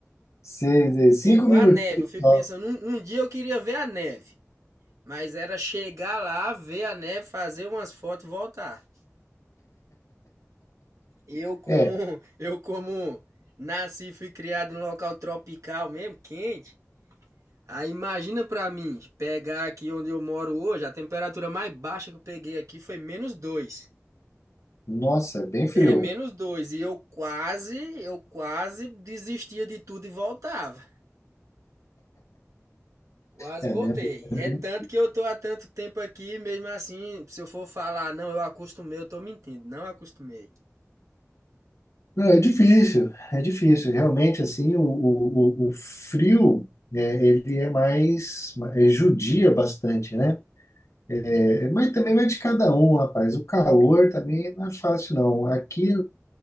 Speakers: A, on the left (about 70°); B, on the right (about 80°).
A: Seis, seis,
B: É
A: cinco
B: igual
A: minutinhos
B: a neve. Eu fico
A: só.
B: pensando, um, um dia eu queria ver a neve. Mas era chegar lá, ver a neve, fazer umas fotos e voltar. Eu como,
A: É,
B: <laughs> eu como nasci e fui criado em local tropical mesmo, quente. Aí imagina pra mim, pegar aqui onde eu moro hoje, a temperatura mais baixa que eu peguei aqui foi menos dois
A: nossa, é bem frio.
B: É, menos dois E eu quase, eu quase desistia de tudo e voltava. Quase
A: É
B: voltei.
A: mesmo. É
B: É
A: bem-
B: tanto que eu tô há tanto tempo aqui, mesmo assim, se eu for falar, não, eu acostumei, eu tô mentindo. Não acostumei.
A: Não, é difícil, é difícil. Realmente, assim, o, o, o o frio, né, ele é mais, é, judia bastante, né? É, mas também vai de cada um, rapaz. O calor também não é fácil, não. Aqui,